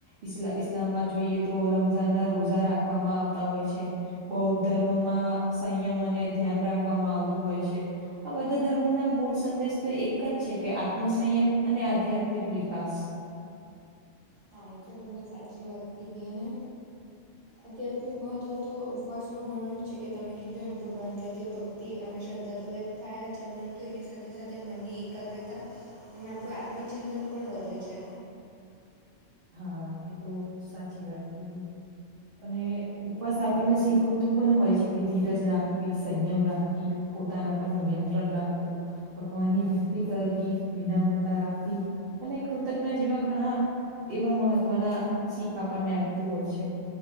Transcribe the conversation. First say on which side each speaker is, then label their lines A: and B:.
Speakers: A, on the right; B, on the right.
A: ઇ ઇસ્લામમાં જોઈએ. તો રમઝાનના રોઝા રાખવામાં આવતા હોય છે. બૌદ્ધ ધર્મમાં સંયમ અને ધ્યાન રાખવામાં આવતું હોય છે. આ બધા ધર્મોના મૂળ સંદેશ તો એક જ છે, કે આત્મસયમ અને આધ્યાત્મિક વિકાસ
B: હા એ તો તમે સાચી વાત કીધી અને આધ્યાત્મિક મહત્ત્વ તો ઉપવાસનું ઘણું જ છે કે, તમે કીધું એમ ભગવાન પ્રત્યે ભ કતી અને શ્રદ્ધા તો વ્યક્ત થાય છે. પરંતુ એની સાથે સાથે મનની એકાગ્રતા એનાથી આપણું આત્મચિંતન પણ વધે છે.
A: હા, એ તો સાચી વાત કીધું. અને ઉપવાસ આપણને શીખવતું પણ હોય છે, કે ધીરજ રાખવી સંયમ રાખવી પોતાના પર નિયંત્રણ રાખવું. ભગવાનની ભક્તિ કરવી વિનામ્રતા રાખવી અને કૃતજ્ઞ જેવા ઘણા એવા મહત્વના શીખ આપણને આપે છે.